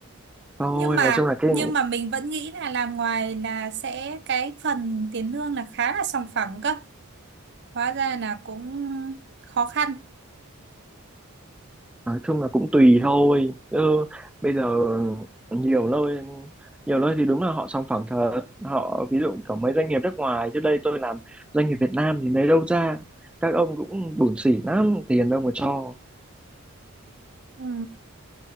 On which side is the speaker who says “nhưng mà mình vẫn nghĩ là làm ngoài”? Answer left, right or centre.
Right